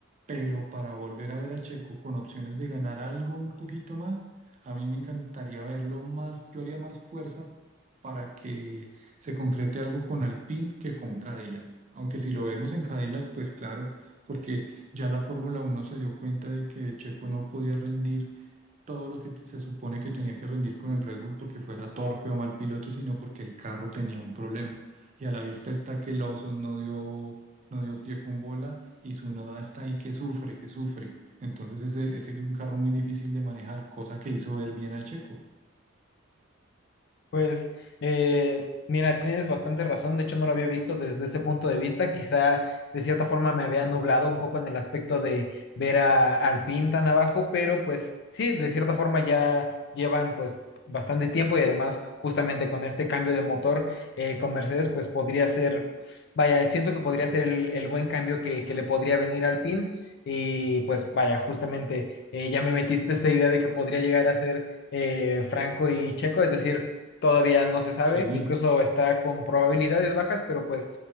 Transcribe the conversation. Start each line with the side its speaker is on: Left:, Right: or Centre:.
Right: pero para volver a ver a Checo con opciones de ganar algo un poquito más, a mí me encantaría verlo más, yo haría más fuerza para que se concrete algo con Alpine que con Cadillac, aunque si lo vemos en Cadillac, pues claro, porque ya la Fórmula Uno se dio cuenta de que Checo no podía rendir todo lo que t- se supone que tenía que rendir con el Red Bull porque fuera torpe o mal piloto, sino porque el carro tenía un problema. Y a la vista está que Lawson no dio, no dio pie con bola y su noda está ahí que sufre, que sufre. Entonces ese, ese es un carro muy difícil de manejar, cosa que hizo ver bien a Checo.
Left: Pues eh, mira, tienes bastante razón, de hecho no lo había visto desde ese punto de vista, quizá de cierta forma me había nublado un poco en el aspecto de ver a, al PIN tan abajo, pero pues sí, de cierta forma ya llevan pues bastante tiempo y además justamente con este cambio de motor eh, con Mercedes pues podría ser, vaya, siento que podría ser el, el buen cambio que, que le podría venir al PIN y pues vaya, justamente eh, ya me metiste esta idea de que podría llegar a ser eh, Franco y Checo, es decir todavía no se sabe,
Right: Sí.
Left: incluso está con probabilidades bajas, pero pues